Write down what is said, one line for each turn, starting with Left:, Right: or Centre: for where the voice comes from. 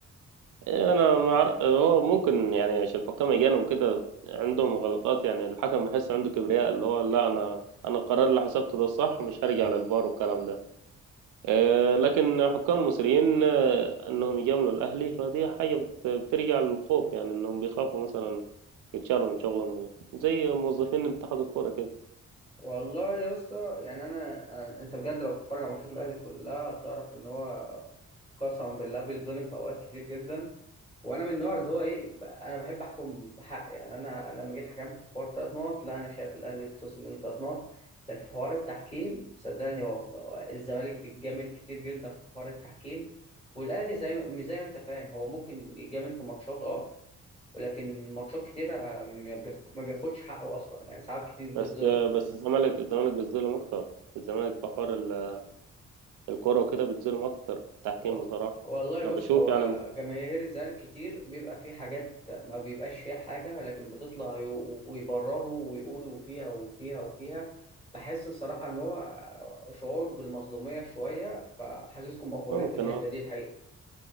Right: إيه، انا ما أعرف- هو ممكن يعني عشان حكام اجانب وكده عندهم غلطات يعني الحكم بحس عنده كبرياء اللي هو لا انا انا القرار اللي حسبته ده الصح مش هرجع للفار والكلام ده آه، لكن حكام المصريين آه، انهم يجاملوا الاهلي فدي حاجه بت- بترجع للخوف يعني انهم بيخافوا مثلا يتشالوا من شغلهم زي موظفين اتحاد الكوره كده
Left: والله يا اسطى يعني انا انت بجد لو بتتفرج على ماتشات الاهلي كلها هتعرف ان هو قسما بالله بيتظلم في اوقات كتير جدا وانا من النوع اللي هو ايه ب- انا بحب احكم بحق يعني انا لما جيت حكمت في حوار ثلاث نقط لا انا شايف الاهلي اتخصم منه ثلاث نقط لكن حوار التحكيم صدقني هو هو الزمالك بيتجامل كتير جدا في حوار التحكيم والاهلي زي ما مش زي ما انت فاهم هو ممكن يتجامل في ماتشات اه ولكن ماتشات كتيرة ما بياخ- ما بياخدش حقه اصلا يعني ساعات كتير بيتظلم
Right: بس آه، بس الزمالك الزمالك بيتظلم اكتر الزمالك في حوار ال- الكوره وكده بيتظلم اكتر في التحكيم
Left: و...
Right: بصراحه
Left: والله
Right: انا
Left: بص
Right: بشوف
Left: هو
Right: يعني
Left: جماهير الزمالك كتير بيبقى في حاجات ما بيبقاش فيها حاجة ولكن بتطلع ي- ويبرروا ويقولوا فيها وفيها وفيها بحس الصراحة إن هو شعور بالمظلومية شوية فحاسسكم مقفورين
Right: ممكن
Left: في الحتة
Right: اه
Left: دي الحقيقة